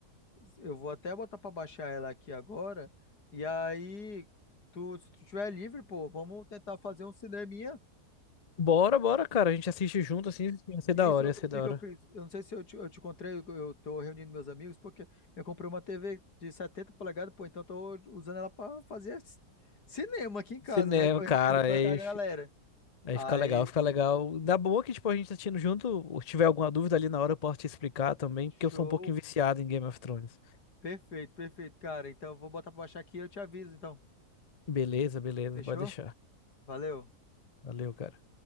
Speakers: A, on the left; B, on the left.
A: eu vou até botar pra baixar ela aqui agora. E aí, tu, se tu tiver livre, pô, vamos tentar fazer um cineminha.
B: Bora, bora, cara. A gente assiste junto, assim, ia ser
A: E
B: da
A: isso,
B: hora,
A: eu-
B: ia
A: o
B: ser
A: que
B: da
A: que
B: hora.
A: eu fiz? Eu não sei se eu te, eu te encontrei, eu eu tô reunindo meus amigos, porque eu comprei uma TV de 70 polegadas, pô, então eu tô usando ela pra fazer c- cinema aqui em casa,
B: Cinema,
A: né? Tô reunindo
B: cara,
A: com
B: aí,
A: a com a galera.
B: fi- aí
A: Aí,
B: fica legal, fica legal. Ainda boa que, tipo, a gente tá assistindo junto. ou Se tiver alguma dúvida ali na hora, eu posso te explicar também,
A: show.
B: porque eu sou um pouquinho viciado em Game of Thrones.
A: Perfeito, perfeito, cara. Então, eu vou botar pra baixar aqui e eu te aviso, então.
B: Beleza, beleza,
A: Fechou?
B: pode deixar.
A: Valeu.
B: Valeu, cara.